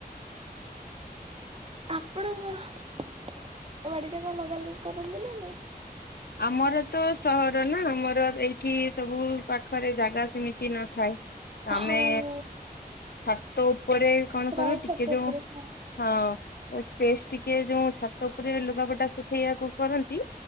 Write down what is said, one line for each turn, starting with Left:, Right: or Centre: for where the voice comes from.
Right: ଆପଣଙ୍କର ବାଡିଟା କଣ ଲଗା ଲଗି କରନ୍ତି ନା ନାଇଁ?
Left: ଆମର ତ ସହର ନା ଆମର ଏଇଠି ସବୁ ପାଖରେ ଜାଗା ସେମିତି ନଥାଏ। ଆମେ
Right: ହଁ
Left: ଛାତ ଉପରେ କଣ
Right: ପ୍ରାୟ
Left: କରୁ ଟିକେ
Right: ଛାତ
Left: ଯୋଉ।
Right: ଉପରେ ହଁ
Left: ହଁ ସ୍ପେସ ଟିକେ ଯୋଉ ଛାତ ଉପରେ ଲୁଗାପଟା ଶୁଖେଇବାକୁ କରନ୍ତି।